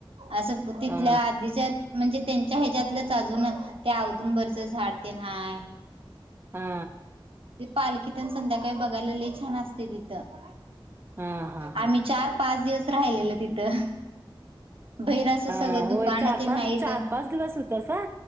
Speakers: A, on the right; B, on the right.
A: असं तिथल्या
B: हा
A: आधीच्या म्हणजे त्यांच्या ह्याच्यातलंच अजून त्या औदुंबरच झाड ते हाय.
B: हा
A: ते पालखी तेन संध्याकाळी बघायला लई छान असतय तिथं.
B: हा हा हा
A: आम्ही चार पाच दिवस राहिलेलं तिथं. भहेर अस
B: हा
A: सगळं
B: होय
A: दुकान
B: चार
A: तेन
B: पाच
A: हायेत.
B: चार पाच दिवस होतसा